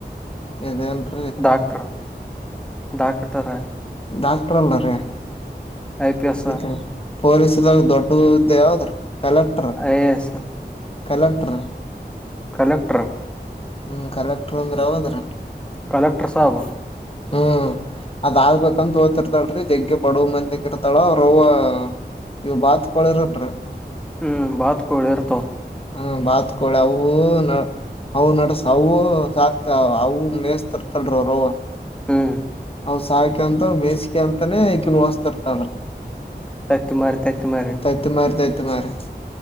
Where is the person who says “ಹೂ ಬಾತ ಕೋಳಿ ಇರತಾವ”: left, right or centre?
Centre